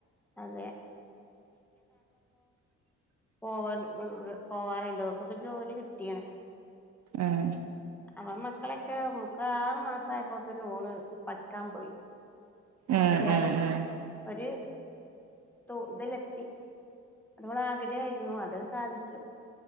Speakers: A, in the centre; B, on the right.
A: അതെ ഓൺ <unintelligible> പോവാറുണ്ടോ അപ്പ്ക്ക് ജോലി കിട്ട്യാണ്
B: ആഹ്
A: അവൻ മ മക്കളെയൊക്കെ മുക്കാറ് മാസായപ്പോത്തൊട്ട് ഓള് പഠിക്കാൻ പോയി
B: ഉം
A: എത്യാലും
B: ഉം ഉം
A: ഒര് തോ ഇതിലെത്തി അതോളെ ആഗ്രഹായിരുന്നു അത് സാധിച്ചു